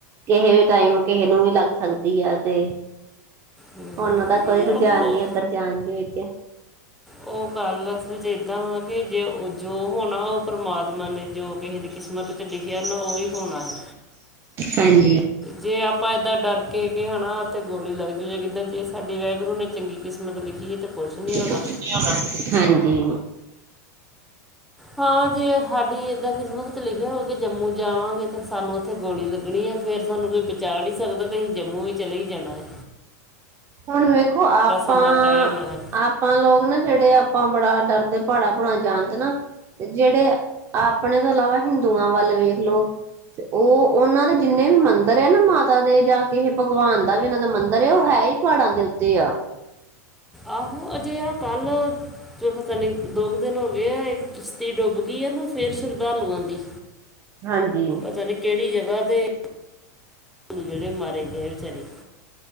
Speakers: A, on the right; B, in the centre.
A: ਕਿਸੇ ਟਾਈਮ ਕਿਸੇ ਨੂੰ ਵੀ ਲੱਗ ਸਕਦੀ ਆ ਤੇ
B: ਨਹੀਂ
A: ਉਹਨਾਂ ਦਾ ਕੋਈ ਰੁਝਾਨ
B: ਉਹ
A: ਨਹੀ ਉੱਧਰ ਜਾਣ ਦੇ ਵਿੱਚ
B: ਉਹ ਗੱਲ ਅਸਲ ਵਿੱਚ ਏਦਾ ਹੋਣਾ ਜੋ ਹੋਣਾ ਉਹ ਪਰਮਾਤਮਾ ਨੇ ਜੋ ਕਿਸੇ ਦੀ ਕਿਸਮਤ ਚ ਲਿਖਿਆ ਨਾ ਉਹੀ ਹੋਣਾ ਏ
A: ਹਾਂਜੀ
B: ਜੇ ਆਪਾਂ ਏਦਾਂ ਡਰ ਕੇ ਕਿਹਾ ਨਾ ਤੇ ਗੋਲੀ ਲੱਗਦੀ ਐ ਜੇ ਸਾਡੇ ਵਾਹਿਗੁਰੂ ਨੇ ਚੰਗੀ ਕਿਸਮਤ ਲਿਖੀ ਹੈ ਤੇ ਕੁਛ ਨਹੀਂ ਹੋਣਾ
A: ਕੁਛ ਨੀ ਹੋਣਾ ਹਾਂਜੀ
B: ਹਾਂ ਜੇ ਸਾਡੀ ਏਦਾਂ ਕਿਸਮਤ ਚ ਲਿਖਿਆ ਹੋਊ ਕਿ ਜੰਮੂ ਜਾਵਾਂਗੇ, ਤੇ ਸਾਨੂੰ ਉੱਥੇ ਗੋਲੀ ਲੱਗਣੀ ਹੈ ਸਾਨੂੰ ਕੋਈ ਬਚਾ ਨਹੀਂ ਸਕਦਾ ਤੇ ਅਸੀਂ ਜੰਮੂ ਵੀ ਚਲੇ ਹੀ ਜਾਣਾ ਏ
A: ਹੁਣ ਵੇਖੋ ਆਪਾਂ,
B: ਸਮਾਂ ਤੈਅ
A: ਆਪ
B: ਹੋਣਾ ਹੈ
A: ਆਪਾ ਲੋਕ ਨਾ ਜਿਹੜੇ ਆਪਾ ਬੜਾ ਡਰਦੇ ਪਹਾੜਾਂ ਭੂੜਾਂ ਜਾਣ ਤੇ ਨਾ ਜਿਹੜੇ ਆਪਣੇ ਤੋਂ ਇਲਾਵਾ ਹਿੰਦੂਆ ਵਲ ਵੇਖ ਲੋ ਉਹ ਉਹਨਾਂ ਦੇ ਜਿੰਨੇ ਵੀ ਮੰਦਿਰ ਆ ਨਾ ਮਾਤਾ ਦੇ ਜਾ ਕਿਸੇ ਭਗਵਾਨ ਦਾ ਵੀ ਇਹਨਾਂ ਦਾ ਮੰਦਿਰ ਹੈ ਉਹ ਹੈ ਹੀ ਪਹਾੜਾ ਦੇ ਉੱਤੇ ਆ
B: ਆਹੋ ਅਜਿਹਾ ਕੱਲ ਤੇ ਪਤਾ ਨੀ ਦੋ ਕੁ ਦਿਨ ਹੋ ਗਏ ਆ ਇੱਕ ਕਿਸ਼ਤੀ ਡੁੱਬ ਗਈ ਏ ਨਾ ਫਿਰ ਸ਼ਰਧਾਲੂਆ ਦੀ
A: ਹਾਂਜੀ
B: ਪਤਾ ਨੀ ਕਿਹੜੀ ਜਗਾ ਤੇ ਜਿਹੜੇ ਮਾਰੇ ਗਏ ਵਿਚਾਰੇ